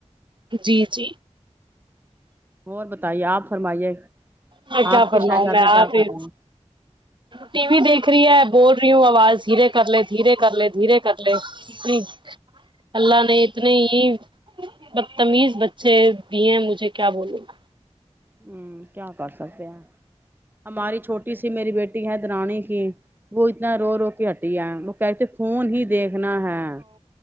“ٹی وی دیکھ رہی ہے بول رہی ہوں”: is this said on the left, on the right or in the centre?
Right